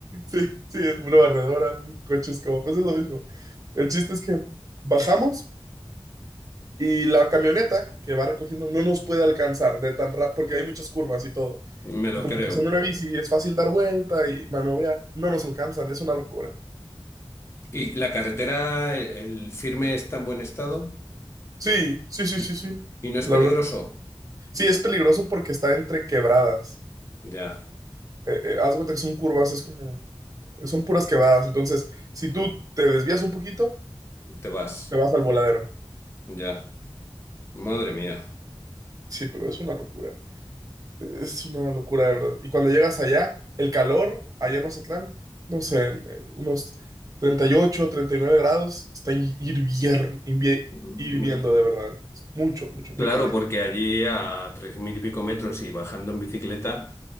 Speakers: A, on the right; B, on the left.
A: Sí, sí, es una barredora, un coche es como pues es lo mismo. El chiste es que bajamos. Y la camioneta que va recogiendo no nos puede alcanzar de tan rápido, porque hay muchas curvas y todo.
B: Me lo
A: Y como
B: creo.
A: pues en una bici es fácil dar vuelta y maniobrar, no nos alcanzan, es una locura.
B: ¿Y la carretera, el el firme está en buen estado?
A: Sí, sí, sí, sí, sí.
B: Y no es
A: La
B: peligroso.
A: verdad, que sí, Sí, es peligroso porque está entre quebradas.
B: Ya,
A: Eh, eh, haz de cuenta que son curvas, es como, son puras quebradas. Entonces, si tú te desvías un poquito,
B: te vas.
A: te vas al voladero.
B: Ya. Madre mía.
A: Sí, pero es una locura. Es una locura, de verdad. Y cuando llegas allá, el calor, allá en Mazatlán, no sé, en, eh, unos 38, 39 grados, está hi- hirvier- invie-
B: Mm,
A: hirviendo de verdad. Es mucho, mucho, muy
B: Claro,
A: caliente.
B: porque allí a tres mil y pico metros y bajando en bicicleta,